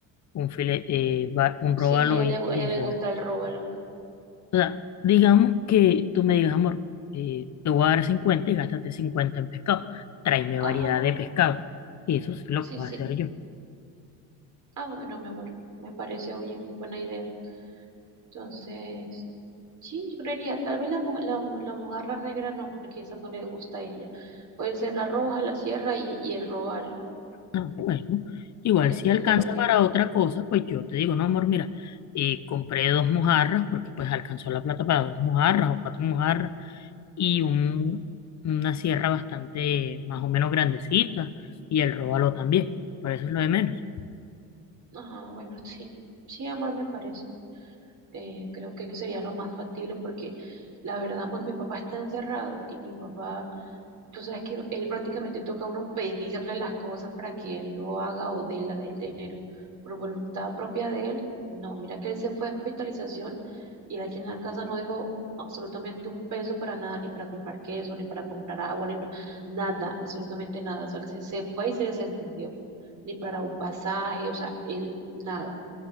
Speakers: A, on the left (about 45°); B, on the right (about 50°).
A: un, file- eh, va- un
B: sí,
A: róbalo
B: a ella le,
A: y,
B: gu- a
A: y
B: ella le
A: se
B: gusta
A: le
B: el róbalo.
A: O sea, digamos que tú me digas, amor, eh, te voy a dar 50 y gástate 50 en pescado. Tráeme
B: Ajá,
A: variedad de pescado. Y eso sí lo
B: sí,
A: puedo
B: sí.
A: hacer yo.
B: Ah, bueno, mi amor, me parece bien, buena idea. Entonces... Sí, yo creería, tal vez la, mo- la, la mojarra negra no, porque esa no le gusta a ella. Puede ser la roja, la sierra y, y el robalo,
A: Ah, bueno, igual
B: depende
A: si alcanza
B: lo que...
A: para otra cosa, pues yo te digo, no, amor, mira, eh, compré dos mojarras porque pues alcanzó la plata para dos mojarras o cuatro mojarras y un, una sierra bastante más o menos grandecita y el róbalo también. Por eso es lo de menos.
B: Ah, bueno, sí, sí, amor, me parece. Eh, creo que sería lo más factible porque la verdad, pues mi papá está encerrado y mi papá Tú sabes que él prácticamente toca a uno pedirle las cosas para que él lo haga o dé la- el dinero. Por voluntad propia de él, no, mira que él se fue a hospitalización y él aquí en la casa no dejó absolutamente un peso para nada, ni para comprar queso, ni para comprar agua, ni para nada, absolutamente nada. O sea, él se, se fue y se desentendió, ni para un pasaje, o sea, él nada.